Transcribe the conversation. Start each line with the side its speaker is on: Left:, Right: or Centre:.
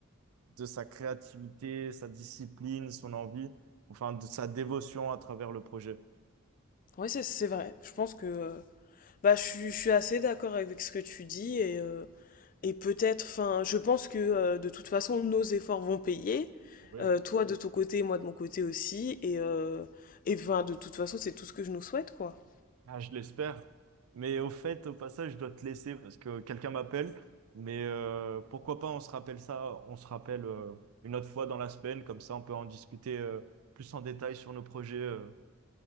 Right: de sa créativité, sa discipline, son envie, enfin de sa dévotion à travers le projet.
Left: Oui, c'est c'est vrai. Je pense que euh, bah, je, suis je suis assez d'accord avec ce que tu dis et, euh, et peut-être, enfin, je pense que euh, de toute façon, nos efforts vont payer.
Right: Oui.
Left: Euh, toi de ton côté, moi de mon côté aussi. Et, euh, et 'fin, de toute façon, c'est tout ce que je nous souhaite, quoi.
Right: Ah, je l'espère. Mais au fait, au passage, je dois te laisser parce que quelqu'un m'appelle. Mais euh, pourquoi pas, on se rappelle ça, on se rappelle euh, une autre fois dans la semaine, comme ça on peut en discuter euh, plus en détail sur nos projets. euh,